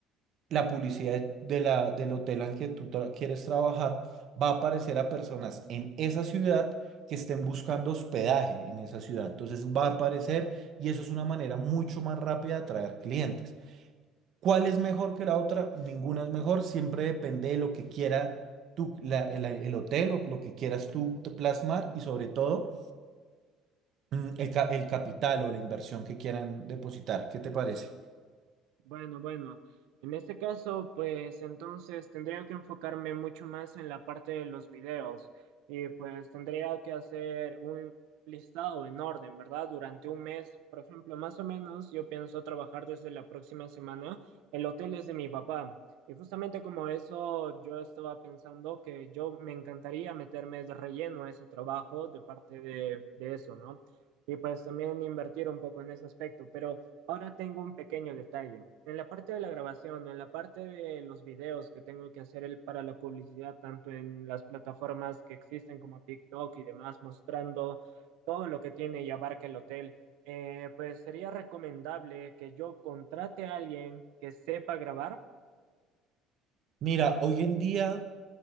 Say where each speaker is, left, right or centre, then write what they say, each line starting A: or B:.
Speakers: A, on the right; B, on the right.
A: la publicidad de la, del hotel en que tú tra- quieres trabajar va a aparecer a personas en esa ciudad que estén buscando hospedaje en esa ciudad. Entonces va a aparecer y eso es una manera mucho más rápida de atraer clientes. ¿Cuál es mejor que la otra? Ninguna es mejor. Siempre depende de lo que quiera tú, la- el, el hotel o lo que quieras tú plasmar y sobre todo mm, el, ca- el capital o la inversión que quieran depositar. ¿Qué te parece?
B: Bueno, bueno, en este caso, pues entonces tendría que enfocarme mucho más en la parte de los videos y pues tendría que hacer un listado en orden, ¿verdad? Durante un mes, por ejemplo, más o menos, yo pienso trabajar desde la próxima semana. El hotel es de mi papá y justamente como eso, yo estaba pensando que yo me encantaría meterme de relleno a ese trabajo de parte de, de eso, ¿no? Y pues también invertir un poco en ese aspecto, pero... Ahora tengo un pequeño detalle. En la parte de la grabación, en la parte de los videos que tengo que hacer el- para la publicidad, tanto en las plataformas que existen como TikTok y demás, mostrando todo lo que tiene y abarca el hotel, eh, pues sería recomendable que yo contrate a alguien que sepa grabar.
A: Mira, hoy en día